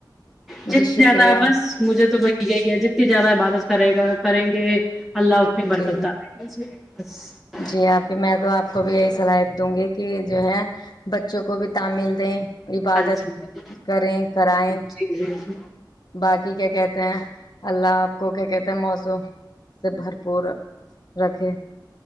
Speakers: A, in the centre; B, on the left.
A: جتنی
B: جی شکریہ
A: زیادہ بس مجھے تو وہی یہی ہے جتنی زیادہ عبادت کرے گا کریں گے <unintelligible> اللہ ہوتی برکتا
B: جی
A: <unintelligible>
B: جی آپ بھی، میں تو آپ کو بھی یہی صلاحیت دوں گی کہ جو ہے بچوں کو بھی تعمل دیں <unintelligible> عبادت
A: ہاں جی
B: کریں کرائیں
A: جی جی جی
B: باقی کیا کہتے <unintelligible> کہ اللہ آپ کو کیا کہتے ہیں موضو <unintelligible> تو بھرپور رکھے